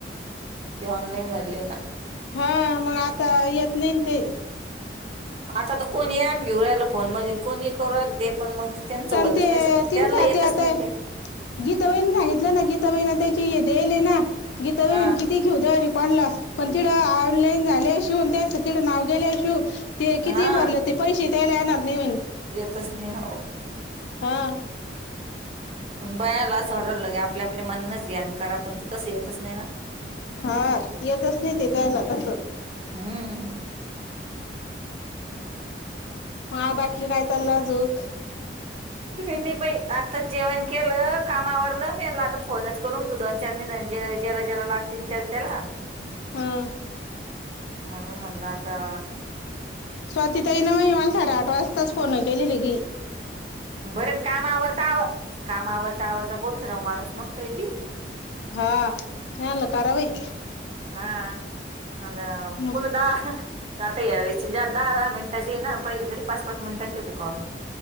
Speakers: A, on the right; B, on the left.
A: त्यो ऑनलाईन भरलेला.
B: हा मग आता येत नाहीन ते.
A: आता तर कोणीही ऍप घेऊ राहिल फोन मधे आणि कोणी करू राहील ते पण मग. त्यांचं
B: पण
A: होतच
B: ते
A: नाही असं.
B: तीन
A: त्यांना
B: साते
A: येतच
B: आता
A: नाही काय.
B: गीताबाईन सांगितलं ना गीताबाईन त्याची देल ना गीताबाई
A: हा
B: किती. ती घेऊता कोणला पण तिडं ऑनलाईन झालं शिव तेच तिडं नाव गेले शिव. ते किती
A: हा
B: भरले ते पैसे त्यायला येणार नाही म्हणे.
A: येतच नाही हो.
B: हा.
A: पण बयाला असं वाटवलं की आपल्या आपल्या मनाच ज्ञान करा पण ते तसं येतच नाही ना.
B: हा येतच नाही ते त्याला तस
A: हम्म
B: ह बाकी काय चाललं अजूक?
A: <unintelligible> बाई आत्ता जेवण केलं काम आवरलं मी आता फोनच करून दु <unintelligible> जेरा जेला लागतिल तेलतेला
B: हम.
A: म्हणून म्हणलाता.
B: स्वातीता ये ना मग मला साडेआठ वाजताच फोन केली गी.
A: बरं कामावर तर आव कामावरता आवरता बोलत नाव माणूस मग काही बी.
B: हा लं करावई.
A: हा आ
B: मग
A: पुणदा. आता या व दहा दहा मिनिटाची ना पहिले तरी पाच पाच मिनिटाची होती कॉल.